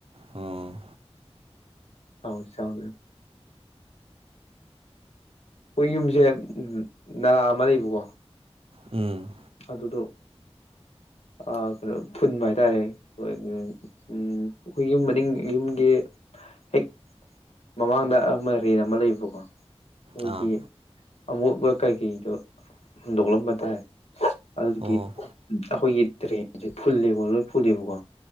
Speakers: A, on the right; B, on the left.
A: ꯑꯣ
B: <unintelligible> ꯑꯩꯈꯣꯏ ꯌꯨꯝꯖꯦ ꯅꯂꯥ ꯑꯃ ꯂꯩꯕꯀꯣ
A: ꯎꯝ
B: ꯑꯗꯨꯗꯣ ꯑ ꯀꯩꯅꯣ ꯐꯨꯟꯕ ꯍꯥꯏꯇꯥꯔꯦ ꯍꯣꯏ ꯎꯝ ꯑꯩꯈꯣꯏ ꯌꯨꯝ ꯃꯅꯤꯡ ꯌꯨꯝꯒꯤ ꯍꯦꯛ ꯃꯃꯥꯡꯗ ꯑꯃ ꯔꯦꯟ ꯑꯃ ꯂꯩꯕꯀꯣ ꯑꯩꯈꯣꯏꯒꯤ
A: ꯑꯥ
B: ꯑꯃꯣꯠꯕ ꯀꯩꯀꯩꯗꯣ ꯍꯨꯟꯗꯣꯛꯂꯝꯕ ꯇꯥꯏ ꯑꯗꯨꯒꯤ
A: ꯑꯣ
B: ꯑꯩꯈꯣꯏꯒꯤ ꯇ꯭ꯔꯦꯟꯖꯦ ꯐꯨꯜꯂꯦꯕ ꯂꯣꯏ ꯐꯨꯜꯂꯦꯕꯀꯣ